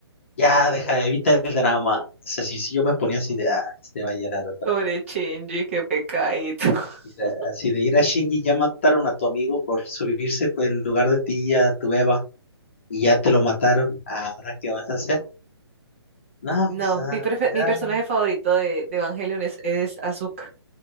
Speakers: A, on the left (about 30°); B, on the right (about 30°).
A: Ya, deja, evita el drama. O sea, si, si yo me ponía así de, ah, este va a llorar
B: Ah,
A: otra
B: Pobre
A: vez.
B: Shinji, qué pecadito. <laughs>
A: Mira, Así de ir a Shinji, ya mataron a tu amigo por subirse pues, en lugar de ti a tu Eva y ya te lo mataron. ¿Ahora qué vas a hacer? No,
B: No,
A: pues, ah,
B: mi, prefe- mi
A: ya.
B: personaje favorito de, de Evangelion es, es Asuka.